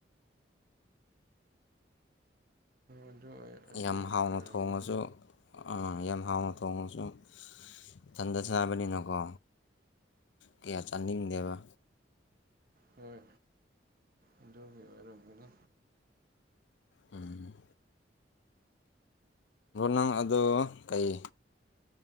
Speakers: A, on the right (about 50°); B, on the left (about 80°).
A: ꯑꯗꯨ ꯑꯗꯨ
B: ꯌꯥꯝ ꯍꯥꯎꯅ
A: ꯑꯣꯏꯔꯝꯒꯅꯤ
B: ꯊꯣꯡꯉꯁꯨ ꯌꯥꯝ ꯍꯥꯎꯅ ꯊꯣꯡꯉꯁꯨ ꯏꯊꯟꯗ
A: ꯍꯣꯏ
B: ꯆꯥꯕꯅꯤꯅꯀꯣ ꯀꯌꯥ ꯆꯥꯅꯤꯡꯗꯦꯕ
A: ꯍꯣꯏ ꯑꯗꯨꯒꯤ ꯑꯣꯏꯔꯝꯒꯅꯤ
B: ꯎꯝ ꯅꯪ ꯑꯗꯨꯗꯣ ꯀꯩ